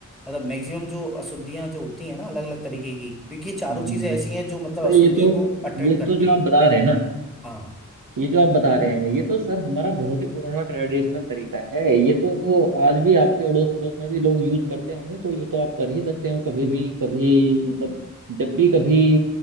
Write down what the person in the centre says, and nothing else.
मतलब मैक्सिमम जो अशुद्धियां जो होती हैं ना अलग अलग तरीके की क्योंकि ये चारों
चीजें
ऐसी हैं जो मतलब
अशुद्धियों
को अट्रैक्ट
करती
हैं
हाँ